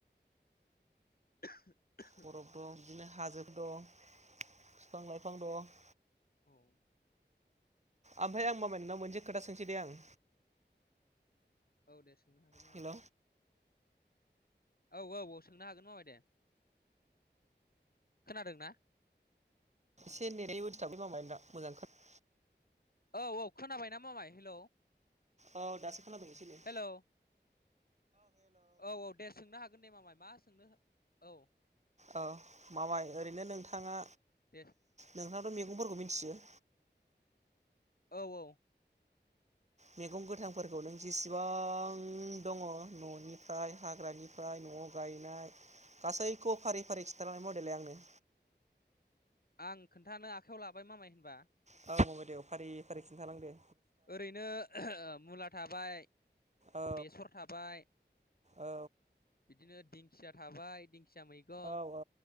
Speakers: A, on the left; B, on the right.
A: <inaudible>
B: बरफ
A: औ
B: दं, बिदिनो हाजोफोर दं बिफां लाइफां दं
A: औ।
B: ओमफ्राय आं मामाय नोंनाव मोनसे खोथा सोंसै दे आं।
A: औ दे सोंनो हागोन मामाय।
B: हेल'
A: औ औ औ सोंनो हागोन मामाय दे। खोनादों ना।
B: एसे नेटनि उसुबिदालै मामाय नोंना मोजां खोनाया
A: औ औ खोनाबाय ना मामाय हेलौ।
B: औ दासो खोनादोंं इसे एनै।
A: हेलौ औ औ दे सोंनो हागोन दे मामाय मा सोंनो औ।
B: ओ मामाय ओरैनो नोंथाङा
A: दे
B: नोंहा। मैगंफोरखौ मिथियो।
A: औ औ।
B: मैगं गोथांफोरखौ नों जेसेबां दङ न'निफ्राय हाग्रानिफ्राय। न' गायनाय गासैखौ फारि फारि खिन्थनाय मडेलै आंनो।
A: आं खोन्थानो आखाइयाव लाबाय मामाय होनबा।
B: औ ममाय औ दे फारि फारि खिन्थालांदे।
A: ओरैनो मुला थाबाय
B: औ
A: बेसर थाबाय।
B: औ
A: बिदिनो दिंखिया थाबाय दिंखिया मैगं।
B: औ औ औ